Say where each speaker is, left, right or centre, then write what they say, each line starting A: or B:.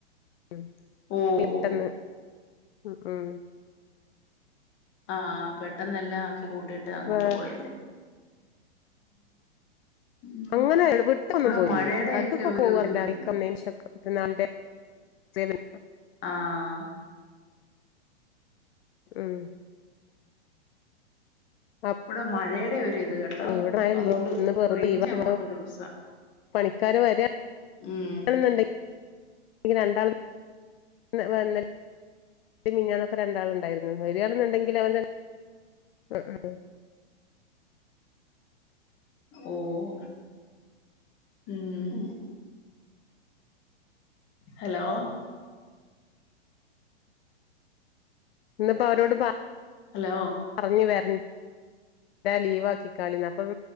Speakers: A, on the left (about 60°); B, on the left (about 35°).
A: ഉം
B: ഓ
A: പെട്ടെന്ന്
B: ഓ
A: ഉം ഉം
B: ആഹ് പെട്ടെന്ന് എല്ലാം ആക്കി കൂട്ടിയിട്ട് അങ്ങോട്ട്
A: വേ
B: പോയല്ലേ ഉം
A: അങ്ങനെ വിട്ടൊന്നും
B: ഇവിടെ
A: പോയില്ല
B: മഴയുടെയൊക്കെ
A: അടുത്ക് ഒക്കെ
B: ഒരു
A: പോകാറില്ല
B: ഇത് വരുന്നു
A: <unintelligible> പിന്നെ <unintelligible>
B: ആഹ്
A: ഉം അപ്പ
B: ഇവിടെ മഴയുടെ ഒരിത് കണ്ടോ
A: ഇവിടെ മഴല്ല
B: അതുകൊണ്ട്
A: ഇന്ന് വെറുതെ
B: റേഞ്ച്
A: ലീവാക്കി
B: അങ്ങോട്ട് ഒരു <unintelligible>
A: പണിക്കാര് വരാ
B: മ്മ്
A: വരുന്നുണ്ട് രണ്ടാൾ വന്ന് ഇന്നലിം മിനിഞ്ഞാന്നോക്കെ രണ്ടാള്ഉണ്ടായിരുന്നു വരിയാണെങ്കിൽ അവര് മ്മ് മ്മ്
B: ഓഹ് ഉം ഹലോ
A: ഇന്നിപ്പോ അവരോട് പറ
B: ഹലോ
A: പറഞ്ഞു വരണ്ടാ ലീവാക്കിക്കാളിന്ന് അപ്പം